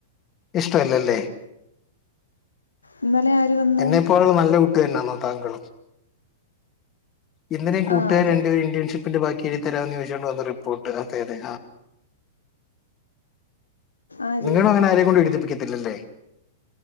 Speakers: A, on the left (about 30°); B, on the left (about 85°).
A: ഇഷ്ടല്ലല്ലേ
B: ഇന്നലെ ആര് വന്ന്
A: എന്നെപ്പോലുള്ള നല്ല കുട്ടി തന്നെന്നോ താങ്കൾ? ഇന്നലെ കൂട്ടുകാർ
B: ആ അതെ
A: രണ്ടു ഇന്റെൺഷിപ്പിന്റെ ബാക്കി എഴു തരാമ എന്ന് ചോദിച്ചുകണ്ട് വന്ന റിപ്പോർട്ട് അതെ അതെ
B: ആര്
A: നിങ്ങളും അങ്ങനെ ആരെയ കൊണ്ട് എഴുതിപ്പിക്കത്തില്ലല്ലേ?